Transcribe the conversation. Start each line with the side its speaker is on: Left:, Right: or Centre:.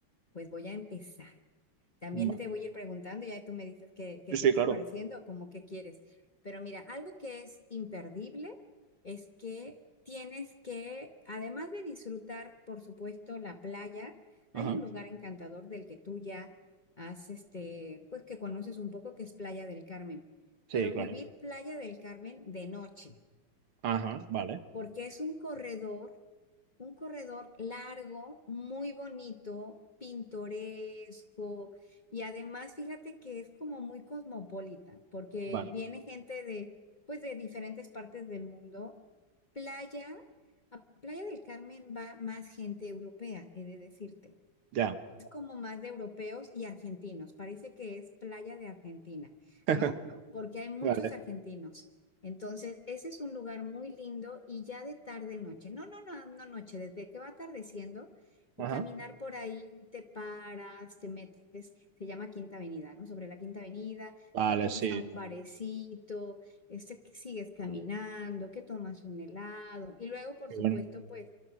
Left: Pues voy a empezar. También
Right: vale.
Left: te voy a ir preguntando, ya tú me dices qué, qué
Right: Sí, sí,
Left: te está
Right: claro.
Left: pareciendo o como qué quieres. Pero mira, algo que es imperdible es que tienes que, además de disfrutar, por supuesto, la playa,
Right: Ajá.
Left: hay un lugar encantador del que tú ya has, este, pues que conoces un poco, que es Playa del Carmen.
Right: Sí,
Left: Pero
Right: claro.
Left: vivir Playa del Carmen de noche,
Right: Ajá, vale,
Left: porque es un corredor. Un corredor largo, muy bonito, pintoresco y además fíjate que es como muy cosmopolita porque
Right: vale.
Left: viene gente de pues de diferentes partes del mundo. Playa, a Playa del Carmen va más gente europea, he de decirte
Right: Ya.
Left: es como más de europeos y argentinos. Parece que es playa de Argentina,
Right: <laughs>
Left: ¿no? Porque hay muchos
Right: Vale.
Left: argentinos. Entonces, ese es un lugar muy lindo y ya de tarde noche, no, no, no, no noche, desde que va atardeciendo
Right: Ajá.
Left: y caminar por ahí, te paras, te metes, se llama Quinta Avenida, ¿no? Sobre la Quinta Avenida,
Right: Vale,
Left: te metes
Right: sí.
Left: a un barecito, este, que sigues caminando, que tomas un helado y luego, por
Right: Qué
Left: supuesto,
Right: bueno.
Left: pues